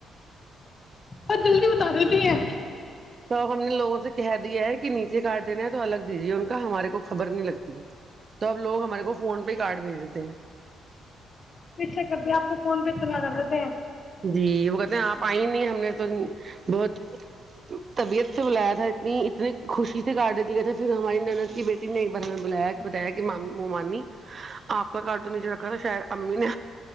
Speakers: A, on the left; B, on the right.
A: آ جلدی بتا دیتی ہیں
B: تو اب ہم نے لوگوں سے کہہ دیا ہے کہ نیچے کاٹ دینا ہے تو الگ دیجیے ان کا ہمارے کو خبر نہیں لگتی ہے تو اب لوگ ہمارے کو فون پہ ہی کاڈ بھیج دیتے ہیں
A: پیچھا کر د آپ کو فون پہ تولا کر دتےے
B: جی وہ کہتے ہیں آپ آئی نہیں ہم نے تو بہت طبیعت سے بلایا تھا اتنی اتنی خوشی سے کارٹو دی گئے تھے پھر ہماری نند کی بیٹی نے ایک بار ہمیں بلایا بتایا کہ مومانی آپ کا کارٹ نیچے رکھا تھا شاید امی نے